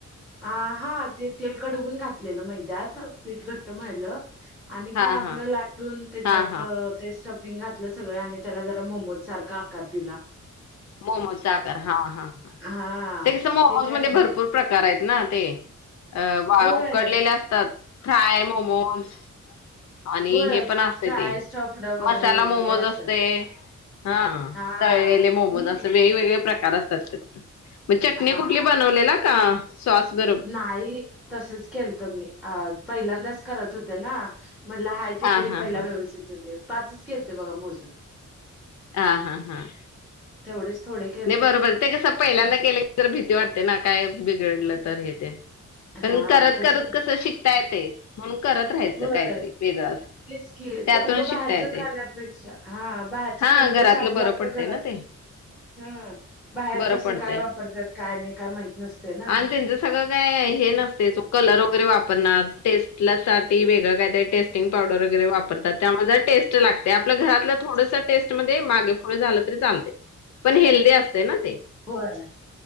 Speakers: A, in the centre; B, on the left.
A: आ हा ते तेल कडवून घातलेलं, मैद्यात पीठ घट्ट मळलं. आणि
B: हां
A: काय आपलं
B: हां.
A: लाटून त्याच्यात
B: हां हां.
A: ते स्टफिंग घातलं सगळं, आणि त्याला जरा मोमोज सारखा आकार दिला.
B: मोमोज चा आकार हा हां ते
A: हा
B: कस, मोमोज
A: ते काय
B: मध्ये भरपूर प्रकार आहेत ना, ते वाड
A: होय
B: उकडलेले असतात, फ्राय मोमोज, आणि
A: होय
B: हे पण असते
A: फ्राय
B: ते,
A: स्टफड वगैरे
B: मसाला
A: वेगवेगळे
B: मोमोज
A: असतात.
B: असते. हा ह
A: हा
B: तळलेले मोमोज
A: मी
B: असं वेग वेगळे प्रकार असतात. त्यात चटनी
A: हा
B: कुठली
A: हा
B: बनलेल का स्वास ब
A: नाही तसच केलत मी. अ पहिल्यांदाच करत होते ना. म्हटलं आहे ते
B: हां
A: तरी
B: हां
A: पहिला
B: हां.
A: व्यवस्थित होऊदे. पाचच केलथे बघा मोजून.
B: ह, हा, हां.
A: तेवढेच थोडे केलथे.
B: नाही बरोबर ते कसं पहिल्यांदा केले तर भीती वाटते ना. काय बिघडलं तर हे ते. पण
A: हा
B: करत,
A: तस
B: करत कसं शिकता येत. म्हणून करत राहायचं
A: होय
B: काहीतरी वेगळं असं.
A: तेच की,
B: त्यातूनच
A: ते उगं
B: शिकता
A: बाहेरच
B: येते
A: खाण्यापेक्षा, हा बाहेरच
B: हा
A: खाण्यापेक्षा
B: घरातलं
A: आपलं
B: बरं
A: आपलं
B: पडतंय
A: घरात.
B: ना ते
A: हम् बाहेर
B: बरं
A: कसं
B: पडतंय.
A: काय वापरतात. काय नाही काय माहीत नसते ना.
B: आणि त्यांचं सगळं काय हे नसते. कलर वगैरे वापरणार टेस्ट साठी वेगळं काय टेस्ट टेस्टिंग पावडर वगैरे वापरतात. त्यामध्ये टेस्ट लागते, आपल घरातल थोडस टेस्ट मध्ये मागे पुढे झालं तरी चालते. पण हेल्दी असते ना ते.
A: होय.